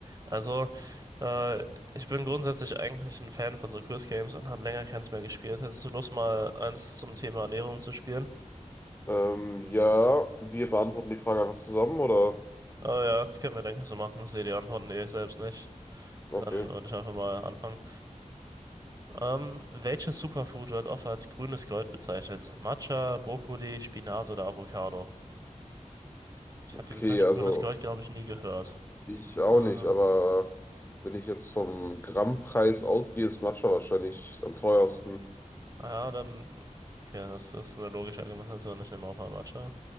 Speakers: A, on the right; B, on the left.
A: Also, äh, ich bin grundsätzlich eigentlich ein Fan von so Quiz Games und habe länger keins mehr gespielt. Hättest du Lust, mal eins zum Thema Ernährung zu spielen?
B: Ähm, ja, wir beantworten die Frage einfach zusammen, oder?
A: Oh ja, das können wir, denke ich, so machen. Ich sehe die Antworten eh selbst nicht.
B: Okay.
A: Dann würde ich einfach mal anfangen. Ähm, welches Superfood wird oft als grünes Gold bezeichnet? Matcha, Brokkoli, Spinat oder Avocado? Ich habe
B: Okay,
A: die Bezeichnung
B: also
A: grünes Gold, glaube ich, nie gehört.
B: ich auch
A: Äh, ah
B: nicht, aber wenn ich jetzt vom Grammpreis ausgehe, ist Matcha wahrscheinlich am teuersten.
A: ja, dann. Okay, das ist eine logische Argumentation. Ich nehme auch mal Matcha.